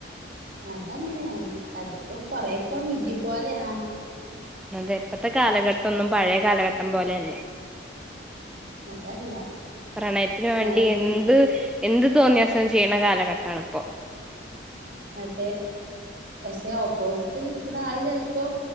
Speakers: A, on the right; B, in the centre.
A: അതങ്ങെനെയാണ് അതിപ്പോ കൊറെയൊക്കെ വിധി പോലെയാണ്
B: അതെ ഇപ്പത്തെ കാലഘട്ടൊന്നും പഴയ കാലഘട്ടം പോലെയല്ല
A: അതല്ല
B: പ്രണയത്തിന്
A: സ്നേഹത്തിൽ
B: വേണ്ടി എന്ത് എന്ത് തോന്നിയാസ ചെയ്യണ കാലഘട്ടാണ് ഇപ്പൊ
A: അതെ പക്ഷെ ഓപ്പോസിറ്റ് നിക്കുന്ന ആള് ചെൽപ്പോ